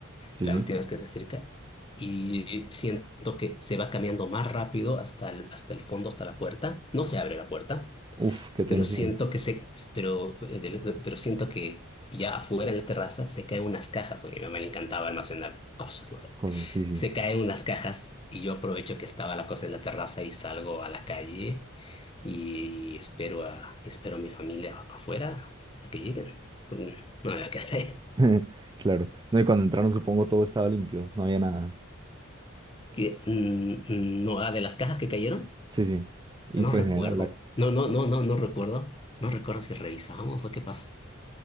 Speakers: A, on the right; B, on the left.
A: Sí,
B: la última
A: sí.
B: vez que se acerca. Y siento que se va cambiando más rápido hasta el, hasta el fondo, hasta la puerta. No se abre la puerta,
A: Uf, qué tensión.
B: pero siento que se, pero, eh, del- pero siento que ya afuera en la terraza se caen unas cajas. Bueno, A mi mamá le encantaba almacenar cosas, no sé.
A: Cosas, sí, sí.
B: Se caen unas cajas y yo aprovecho que estaba la cosa en la terraza y salgo a la calle y espero a, y espero a mi familia afuera hasta que lleguen. Mm, No me voy a quedar ahí.
A: <laughs> Claro. No, y cuando entraron, supongo todo estaba limpio. No había nada.
B: Que, mm, mm, No, ah, de las cajas que cayeron.
A: Sí, sí. Y
B: No
A: pues
B: recuerdo.
A: en general, la,
B: No, no, no, no, no recuerdo. No recuerdo si revisamos o qué pasó.